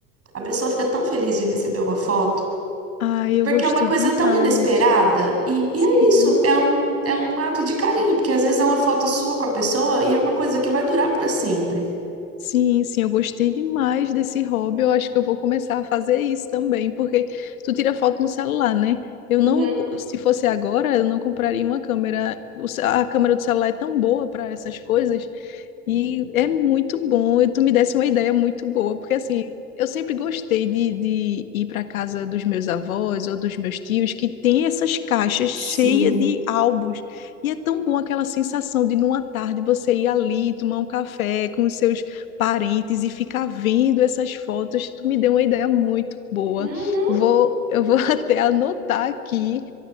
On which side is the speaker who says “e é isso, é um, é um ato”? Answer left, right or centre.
Right